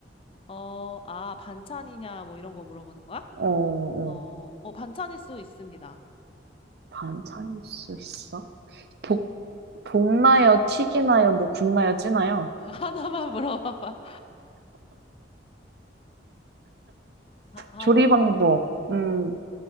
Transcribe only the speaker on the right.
어, 어,
반찬일 수 있어? 볶, 볶나요, 튀기나요, 뭐 굽나요, 찌나요?
조리 방법, 음,